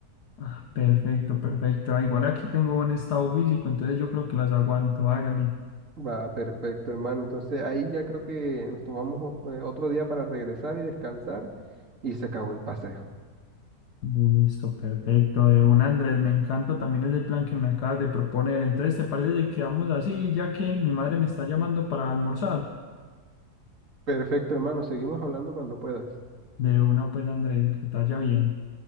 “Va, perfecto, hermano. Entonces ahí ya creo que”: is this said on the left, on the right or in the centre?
Right